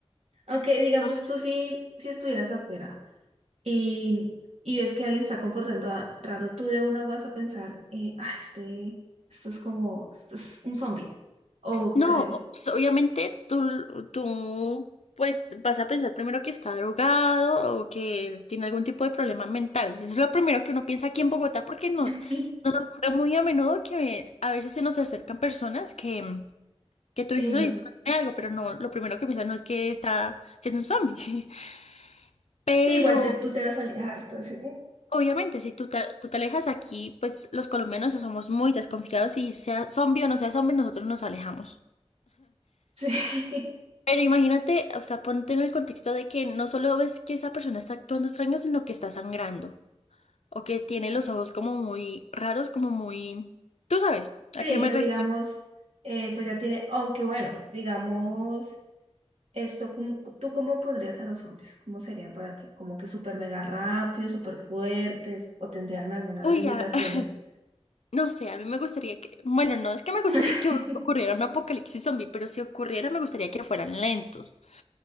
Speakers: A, on the right; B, on the left.
A: Aunque digamos,
B: No sé.
A: tú sí, si estuvieras afuera y, y ves que alguien está comportando a- raro, tú de una vas a pensar, eh, ah, este, esto es como, esto es un zombie. O
B: No,
A: cree.
B: pues obviamente tú, tú, pues vas a pensar primero que está drogado o que tiene algún tipo de problema mental. Eso es lo primero que uno piensa aquí en Bogotá porque nos,
A: <laughs>
B: nos ocurre muy a menudo que a veces se nos acercan personas que, que tú dices,
A: Sí,
B: oye, este man tiene algo, pero no, lo primero que piensas no es que está, que es un zombie. <laughs> Pero
A: sí, igual te, tú te vas a alejar, entonces, mm,
B: obviamente si tú te, tú te alejas aquí, pues los colombianos somos muy desconfiados y sea zombie o no sea zombie, nosotros nos alejamos.
A: sí, <laughs>
B: Pero imagínate, o sea, ponte en el contexto de que no solo ves que esa persona está actuando extraño, sino que está sangrando o que tiene los ojos como muy raros, como muy... Tú sabes,
A: sí,
B: ¿a qué me
A: o
B: refiero?
A: digamos, eh, pues ya tiene, aunque bueno, digamos. Esto, ¿cómo- ¿tú cómo pondrías a los hombres? ¿Cómo serían para ti? ¿Como que súper mega rápidos, súper fuertes? ¿O tendrían algunas
B: Uy,
A: limitaciones?
B: a- <laughs> no sé, a mí me gustaría que... Bueno, no es que me gustaría
A: <laughs>
B: que ocurriera un apocalipsis zombie, pero si ocurriera me gustaría que fueran lentos,